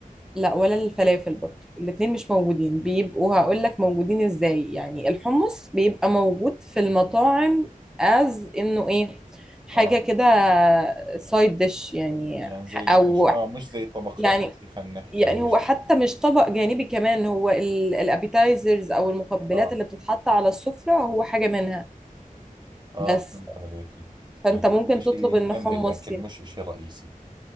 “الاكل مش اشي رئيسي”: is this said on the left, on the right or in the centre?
Right